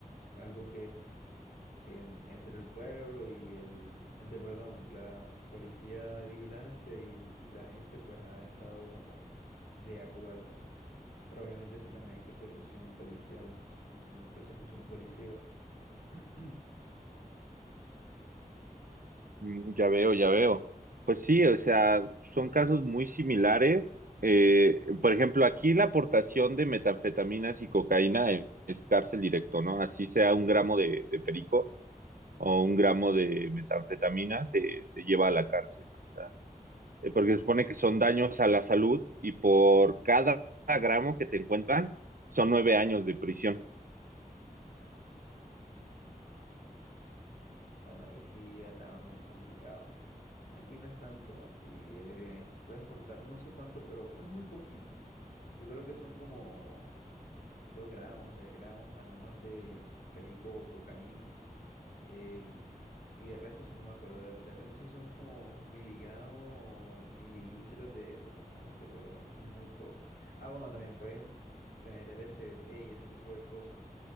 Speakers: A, on the left; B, on the right.
A: algo em, entre el pueblo y el, entre, perdón, la policía de vigilancia y, l- y la gente, pues ha estado como de acuerdo. Pero obviamente sí también hay persecución policial, eh, también persecución policiva. <clears throat>
B: Mm, Ya veo, ya veo. Pues sí, o sea, son casos muy similares. Eh, por ejemplo, aquí la aportación de metanfetaminas y cocaína es, es cárcel directo, ¿no? Así sea un gramo de, de perico o un gramo de metanfetamina te, te lleva a la cárcel, ¿no? O sea, eh, porque se supone que son daños a la salud y por cada gramo que te encuentran son nueve años de prisión.
A: Bueno, ahí sí ya estaba muy complicado. Aquí no es tanto así, eh, puedes portar, no sé cuánto, pero es muy poquito. Yo creo que son como 2 gramos, 3 gramos nada más de perico o cocaína. em, Y de resto, sí no me acuerdo, de de resto sí son como miligramos o mililitros de esa sustancia, pero son muy pocos. Ah, bueno, también puedes tener LSD y ese tipo de cosas.